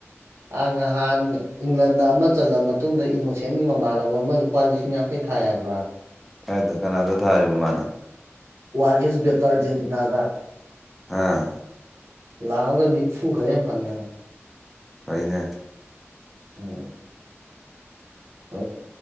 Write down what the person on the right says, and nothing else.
ꯑ ꯉꯍꯥꯟ ꯏꯪꯂꯟꯗ ꯑꯃ ꯆꯜꯂ ꯃꯇꯨꯡꯗ ꯏꯅꯣꯁꯦꯟꯒꯤ ꯃꯃꯥꯟꯅꯕ ꯑꯃ ꯂꯨꯄꯥ ꯂꯤꯁꯤꯡ ꯌꯥꯡꯈꯩ ꯊꯥꯏ ꯍꯥꯢꯕ꯭ꯔꯥ
ꯋꯥꯟ ꯑꯦꯛꯁ ꯕꯦꯇꯔ ꯇꯔ ꯖꯦꯟꯇꯤꯅꯥꯗ
ꯂꯥꯛꯑꯝꯒ ꯅꯤꯐꯨ ꯈꯔꯥꯍꯦꯟ ꯐꯪꯉꯦꯕꯟ
ꯎꯝ ꯍ